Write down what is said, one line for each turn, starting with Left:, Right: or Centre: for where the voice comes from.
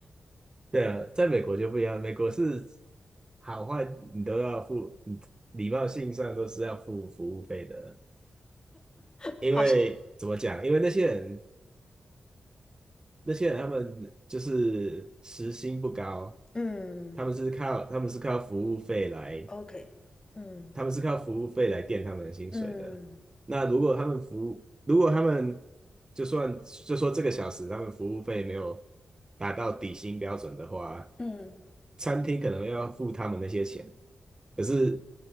Right: 对啊，在美国就不一样，美国是好坏你都要付，你礼貌性上都是要付服务费的。
Left: <laughs>
Right: 因为怎么讲？
Left: 好像，
Right: 因为那些人，那些人他们就是时薪不高，
Left: 嗯
Right: 他们是靠他们是靠服务费来，
Left: ，OK，嗯
Right: 他们是靠服务费来垫他们的薪水的。
Left: 嗯
Right: 那如果他们服务，如果他们就算就说这个小时他们服务费没有达到底薪标准的话，
Left: 嗯，
Right: 餐厅可能要付他们那些钱，可是